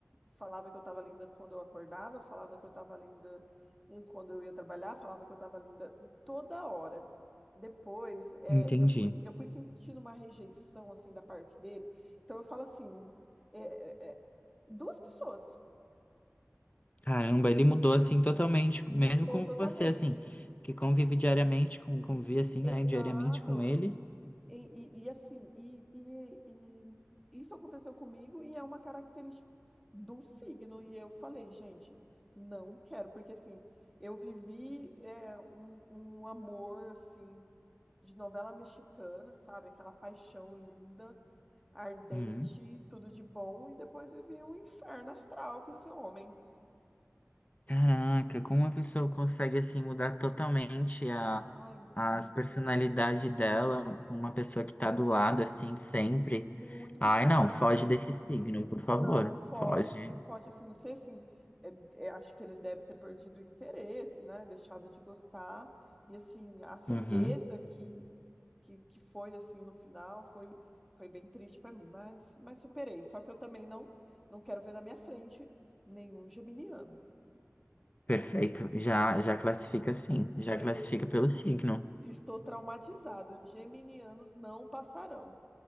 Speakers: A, in the centre; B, on the left.
A: falava que eu estava linda quando eu acordava, falava que eu estava linda em- quando eu ia trabalhar, falava que eu estava linda toda hora. Depois, é,
B: Entendi.
A: eu fui, eu fui sentindo uma rejeição, assim, da parte dele. Então, eu falo assim, é, é, é, duas pessoas.
B: Caramba, ele mudou assim totalmente,
A: Mudou
B: mesmo com
A: totalmente.
B: você, assim, que convive diariamente com, convive assim,
A: Exato.
B: né, diariamente com ele.
A: E, e, e assim, e, e, e isso aconteceu comigo e é uma característica do signo. E eu falei, gente, não quero, porque assim, eu vivi é, um, um amor assim de novela mexicana, sabe? Aquela paixão linda, ardente,
B: Hum.
A: tudo de bom, e depois vivi um inferno astral com esse homem.
B: Caraca, como uma pessoa consegue assim mudar totalmente a
A: Ai,
B: as
A: bi-
B: personalidade dela, com uma pessoa que tá do lado assim sempre.
A: muito bipolar.
B: Ai, não, foge desse signo, por favor.
A: Não, foge,
B: Foge.
A: foge assim, não sei assim, é- é, acho que ele deve ter perdido o interesse, né, deixado de gostar, e assim, a frieza
B: Uhum.
A: que, que, que foi, assim, no final, foi, foi bem triste para mim, mas, mas superei, só que eu também não, não quero ver na minha frente nenhum geminiano,
B: Perfeito. Já,
A: Est-
B: já classifica sim. Já
A: eu
B: classifica
A: est-
B: pelo signo.
A: estou traumatizado, geminianos não passarão.